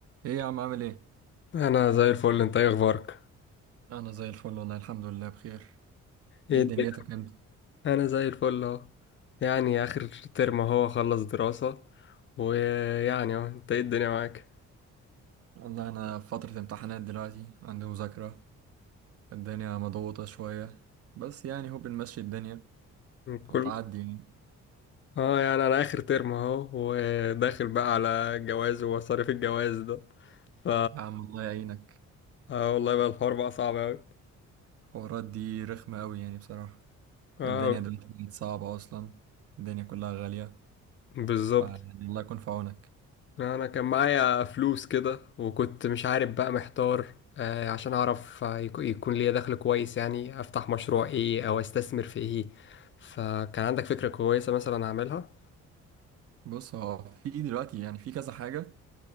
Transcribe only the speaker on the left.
انا زي الفل انت ايه اخبارك
ايه
الدنيا؟
انا زي الفل اهو يعني اخر ترم اهو خلص دراسة ويعني اهو انت ايه الدنيا معاك
كل
اه يعني انا اخر ترم اهو وداخل بقى على جواز ومصاريف الجواز ده ف
اه والله بقى الحوار بقى صعب اوي
اه
بالظبط
انا كان معايا فلوس كده وكنت مش عارف بقى محتار آه، عشان اعرف آه، يك- يكون ليا دخل كويس يعني افتح مشروع ايه او استثمر في ايه فكان عندك فكرة كويسة مثلا اعملها